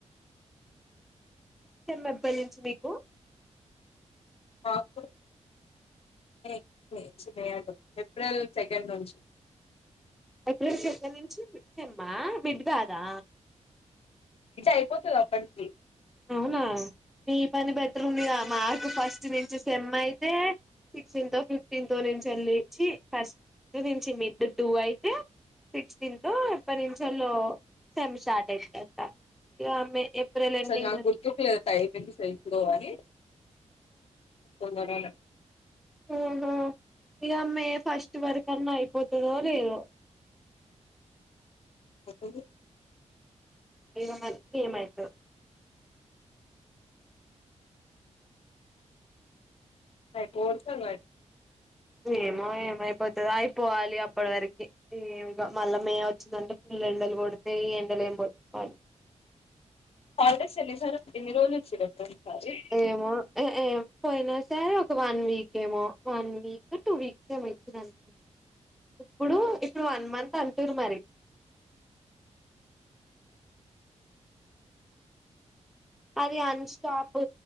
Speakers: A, in the centre; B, on the left.
A: సేమ్ ఎప్పటి నుంచి మీకు
B: మాకు మే మే నుంచ్ ఏప్రిల్ సెకండ్ నుంచి
A: ఏప్రిల్ సెకండ్ నుంచి సేమ్ హా మిడ్ కాదా
B: ఐపోతది అప్పటికి
A: అవునా నీ పని బెటర్ ఉందిద మాకు ఫస్ట్ నుంచి సెమ్ అయితే సిక్స్టీన్ తో ఫిఫ్టీన్ తో నుంచి వెళ్లి చ్చీ ఫస్ట్ నుంచి మిడ్ టూ అయితే సిక్స్టీన్ తో ఎప్పటి నుంచెల్లో సెమ్ స్టార్ట్ అయితదట ఇగా మే ఏప్రిల్ ఎండింగ్
B: నా
A: వరకి
B: గుర్తుకు లేక <unintelligible> కోవాలి గడాల
A: ఆహ ఇగా మే ఫస్ట్ వరక అన్నా అయిపోతదో లేదో
B: ఎప్పుడూ
A: ఏ ఏమయితదో
B: అ కోర్త గ
A: ఏమో ఏమయిపోతుంది అయిపోవాలి అప్పటి వరకి ఏమి ఇగ మళ్ళ మే వచ్చందంటే ఫుల్ం ఎండల కొడుతాయి ఈ ఎండల ఏం పో పాడు
B: హాలిడేస్ ఎన్ని సార్లు ఎన్ని రోజులు ఈచిండ్లు అక్క ఈసారి
A: ఏమో ఏ ఏ పోయినా ఇచ్చినారు ఒక వన్ వీక్ ఏమో వన్ వీక్ టూ వీక్స్ ఏమో ఇచ్చినారు ఇప్పుడు ఇప్పుడు వన్ మంత్ అంటుారు మరి అది అన్ స్టాప్